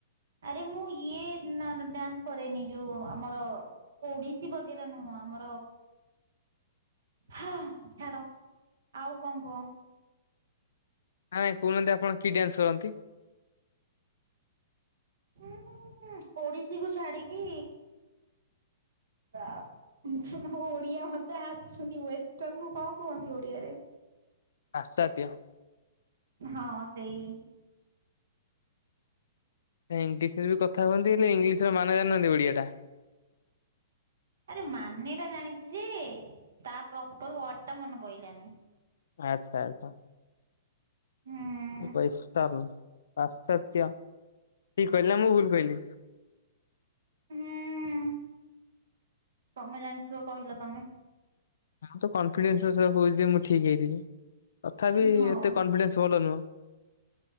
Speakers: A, on the right; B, on the left.
A: ଆରେ ମୁଁ ଇଏ ଡ୍ୟାନ୍ସ କରେନି ଯୋଉ ଆମର ଓଡ଼ିଶୀ ବଗେରା ନୁହଁ ଆମର ହଁ ଛାଡ଼ ଆଉ କଣ କୁହ?
B: ନାଇଁ କହୁନାହାନ୍ତି ଆପଣ କି ଡ୍ୟାନ୍ସ କରନ୍ତି?
A: ଉଁ ଓଡ଼ିଶୀକୁ ଛାଡ଼ିକି <unintelligible> ଓଡ଼ିଆ ମତେ ଆସୁନି ୱେଷ୍ଟର୍ଣ କୁ କଁ କୁହନ୍ତି ଓଡ଼ିଆରେ?
B: ପାସାଦ୍ୟ।
A: ହଁ ସେଇ
B: ଇଂଲିଶରେବି କଥା ହୁଅନ୍ତି ହେଲେ ଇଂଲିଶର ମାନ ଜାଣିନାହାନ୍ତି ଓଡ଼ିଆଟା?
A: ଆରେ ମାନେଟା ଜାଣିଚିଯେ ତା ପ୍ରପର ୱାର୍ଡଟା ମନେ ପଇଲାନି।
B: ଆଚ୍ଛା ଆଚ୍ଛା।
A: ହଁ।
B: <unintelligible> ପାଶ୍ଚାତ୍ୟ ଠିକ୍ କହିଲା ମୁଁ ଭୁଲ କହିଲ?
A: ହୁଁ ତମେ ଜାଣିଥିବ କହିଲ ତମେ?
B: ମୁଁତ କନଫିଡେନ୍ସ କଉଚିଯେ ମୁଁ ଠିକ୍ ହେଇଥିବି ତଥାପି
A: ହଉ
B: ଏତେ କନଫିଡେନ୍ସ ଭଲ ନୁହଁ।